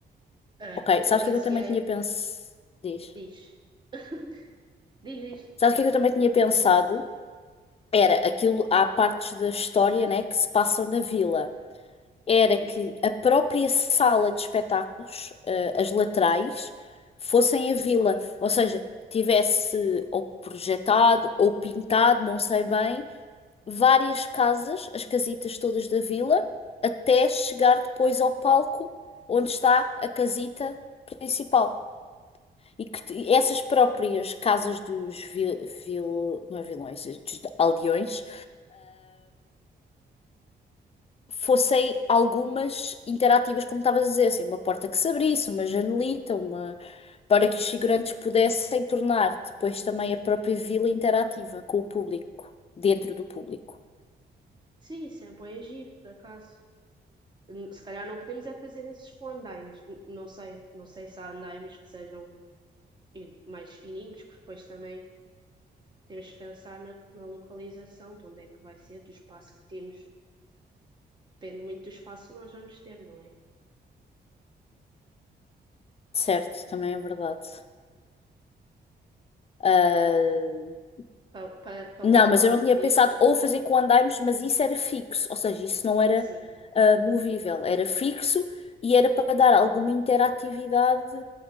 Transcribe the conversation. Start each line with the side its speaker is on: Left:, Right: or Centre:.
Right: ah,
Left: Ok,
Right: eu
Left: sabes
Right: baseei-me.
Left: o que é que eu também tinha pensado? Diz.
Right: Diz. <laughs> Diz, diz.
Left: Sabes o que é que eu também tinha pensado? Era aquilo, há partes da história, né, que se passam na vila. era
Right: Sim.
Left: que a própria sala de espetáculos, eh, as laterais, fossem a vila, ou seja, tivesse ou projetado ou pintado, não sei bem, várias casas, as casitas todas da vila, até chegar depois ao palco onde está a casita principal. E que t- e essas próprias casas dos vil, vil- não é vilões, dos aldeões, fossem algumas interativas, como estavas a dizer, assim, uma porta que se abrisse, uma janelita, uma... para que os figurantes pudessem tornar depois também a própria vila interativa com o público, dentro do público.
Right: Sim, sempre é bué giro, por acaso. N- Se calhar não podemos é fazer esses com andaimes. N- Não sei. Não sei se há andaimes que sejam eh, mais fininhos, porque depois também temos que pensar na, na localização, de onde é que vai ser, do espaço que temos. Depende muito do espaço que nós vamos ter, não é?
Left: Certo, também é verdade. Ah,
Right: para, para, para
Left: Não,
Right: um palco
Left: mas eu não tinha
Right: destes,
Left: pensado ou fazer com andaimes, mas isso era fixo, ou seja, isso não era
Right: sim,
Left: ah, movível, era fixo e era para dar alguma interatividade